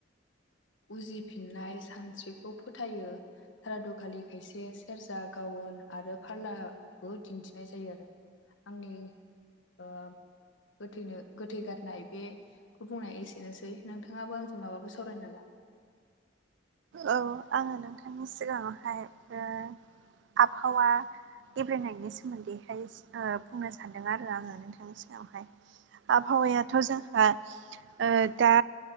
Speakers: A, on the left (about 80°); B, on the right (about 70°).
A: उजिफिननाय सानस्रिखौ फोथायो सारादुखालि खायसे सेरजा गावन आरो फारलाबो दिन्थिनाय जायो आरो। आंनि ओ गैथैनो गोथै गारनाय बेखौ बुंनाय एसेनोसै नोंथांङाबो आंजों माबो सा सावरायनो नामा?
B: औ आंङो सिगांङावहाय ओ आबहावा गेब्रेंनायनि सोमोन्दैहाय ओ बुंनो सान्दों आरो आंङो। थांनि सिगांहाय आबहावायाथ' जोंहा ओ दा